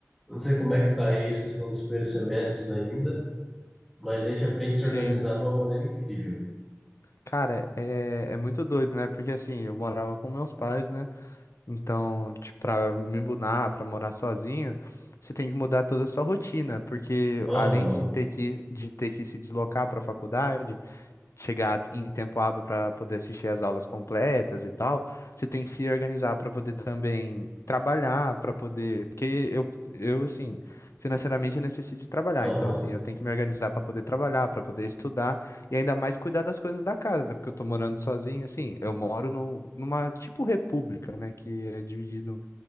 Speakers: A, in the centre; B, on the left.
A: Eu não sei como é que tá aí, se vocês estão nos primeiros semestres ainda, mas a gente aprende a se
B: Sim.
A: organizar de uma maneira incrível.
B: Cara, é, é muito doido, né? Porque assim, eu morava com meus pais, né? Então, tipo, pra me mudar, pra morar sozinho, você tem que mudar toda a sua rotina, porque
A: Aham,
B: além de ter que, de ter que se deslocar pra faculdade, chegar em tempo hábil para poder assistir às aulas completas e tal, você tem que se organizar para poder também trabalhar, para poder, porque eu, eu assim, financeiramente eu necessito de trabalhar,
A: aham.
B: então assim, eu tenho que me organizar para poder trabalhar, para poder estudar. E ainda mais cuidar das coisas da casa, né? Porque eu tô morando sozinho, assim, eu moro num- numa tipo república, né? Que é dividido